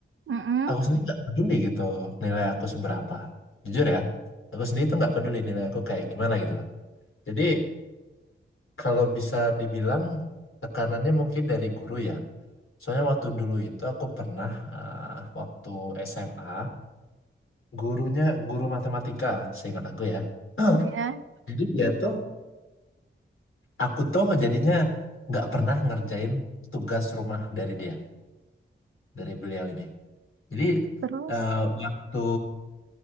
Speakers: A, on the right; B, on the left.
A: Mm-mm.
B: aku sendiri nggak peduli gitu nilai aku seberapa. Jujur ya, aku sendiri tuh nggak peduli nilai aku kayak gimana gitu loh. Jadi Kalau bisa dibilang tekanannya mungkin dari guru ya. Soalnya waktu dulu itu aku pernah ah, waktu SMA gurunya guru matematika, seingat aku ya. <clears throat>
A: Iya.
B: Jadi dia tuh aku tuh jadinya nggak pernah ngerjain tugas rumah dari dia, dari beliau ini. Jadi
A: Terus.
B: eh, waktu